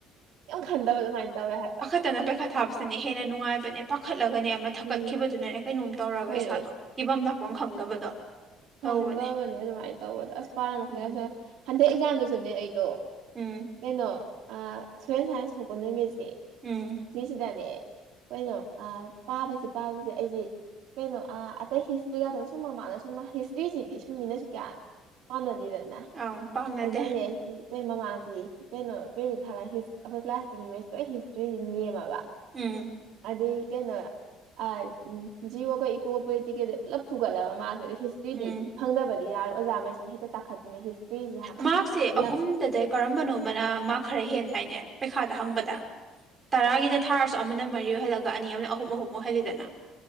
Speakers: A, on the right; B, on the right.
A: ꯌꯥꯝ ꯈꯟꯗꯕ ꯑꯗꯨꯃꯥꯏꯅ ꯇꯧꯋꯦ ꯍꯥꯏꯕ
B: ꯐꯠꯇꯅ ꯄꯩꯈꯥ ꯊꯥꯕꯁꯤꯅꯦ ꯍꯦꯟꯅ ꯅꯨꯡꯉꯥꯏꯕꯅꯦ ꯄꯥꯈꯠꯂꯒꯅꯦ ꯑꯃ ꯊꯛꯀꯠꯈꯤꯕꯗꯨꯅꯅꯦ
A: ꯎꯝ
B: ꯀꯩꯅꯣꯝ ꯇꯧꯔꯒ
A: ꯍꯣꯏ
B: ꯏꯁꯥꯗꯣ ꯏꯤꯐꯝꯝ ꯂꯥꯛꯄꯐꯝ ꯈꯪꯗꯕꯗꯣ ꯇꯧꯕꯅꯦ
A: ꯈꯪꯗꯕꯅꯦ ꯑꯗꯨꯃꯥꯏꯅ ꯇꯧꯕ ꯑꯗꯣ ꯑꯁ ꯄꯥꯔ ꯃꯈꯩꯒꯁꯨ
B: ꯎꯝ
A: ꯍꯟꯗꯛ ꯑꯦꯛꯖꯥꯝꯗꯁꯨꯅꯦ ꯑꯩꯗꯣ
B: ꯎꯝ
A: ꯀꯩꯅꯣ ꯁꯣꯌꯦꯜ ꯁꯥꯏꯟꯁ ꯊꯣꯛꯄ ꯅꯨꯃꯤꯠꯁꯤ
B: ꯎꯝ
A: ꯁꯤꯁꯤꯗꯅꯦ ꯀꯩꯅꯣ ꯄꯥꯕꯁꯤ ꯄꯥꯕꯁꯦ ꯑꯩꯁꯦ ꯀꯩꯅꯣ ꯑ ꯑꯇꯩ ꯍꯤꯁꯇ꯭ꯔꯤꯒꯗꯅ ꯁꯨꯝ ꯃꯃꯥꯅ ꯁꯨꯝ ꯍꯤꯁꯇ꯭ꯔꯤꯁꯤꯗꯤ ꯁꯨꯝ ꯃꯤꯅꯁꯨ ꯀꯌꯥ ꯄꯥꯝꯅꯗꯦꯗꯅ
B: ꯑꯪ ꯄꯥꯝꯅꯗꯦ
A: ꯑꯗꯨꯅꯅꯦ ꯀ ꯃꯃꯥꯡꯁꯤ ꯀꯩꯅꯣ ꯇ ꯊꯥ ꯑꯩꯈꯣꯏ ꯀ꯭ꯂꯥꯁꯀꯤ ꯃꯤꯉꯩꯁꯤ ꯂꯣꯏ ꯍꯤꯁꯇ꯭ꯔꯤꯁꯤ ꯅꯦꯝꯃꯕ
B: ꯎꯝ
A: ꯑꯗꯨꯏ ꯀꯩꯅꯣ ꯑ ꯖꯤꯕ ꯀꯧꯕ ꯏꯀꯣꯒ ꯄ ꯇꯀꯦꯗꯤ ꯄꯨꯂꯞ ꯐꯨꯒꯂꯕ ꯃꯥ ꯑꯗꯨꯏꯗꯤ
B: ꯎꯝ
A: ꯐꯪꯗꯕꯗꯤ ꯌꯥꯔꯣꯏ ꯑꯣꯖꯥꯈꯩꯁꯤꯅ ꯍꯦꯛꯇ ꯇꯥꯈꯠꯇꯅ ꯍꯤꯁꯇ꯭ꯔꯤꯁꯤ
B: ꯃꯥꯁꯦ
A: ꯄꯨꯂꯞ
B: ꯑꯍꯨꯝꯗꯗ ꯀꯔꯝꯕꯅꯣꯃꯅ ꯃꯥ ꯈꯔ ꯍꯦꯟꯗꯥꯏꯅꯦ ꯄꯩꯈꯥꯗ ꯍꯪꯕꯗ ꯇꯔꯥꯒꯤꯗ ꯊꯥꯔꯁꯨ ꯑꯃꯅ ꯃꯔꯤ ꯑꯣꯏꯍꯜꯂꯒ ꯑꯅꯤ ꯑꯃꯅ ꯑꯍꯨꯝ ꯑꯍꯨꯝ ꯃꯣꯏꯍꯜꯂꯤꯗꯅ